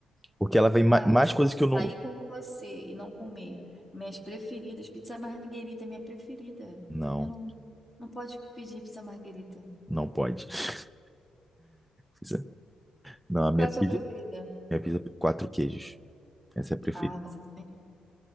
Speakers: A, in the centre; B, on the left (about 15°).
A: Porque ela vem ma-
B: Ah, olha
A: mais
B: só,
A: coisas que
B: sair
A: eu não.
B: com você e não comer minhas preferidas, pizza marguerita é minha preferida.
A: Não,
B: Eu não, não pode pedir pizza marguerita.
A: não pode. <laughs> Pizza- Não, a
B: Qual
A: minha
B: é a sua
A: pizza,
B: preferida?
A: minha pizza é quatro queijos. Essa é a preferida.
B: Ah, mas eu também.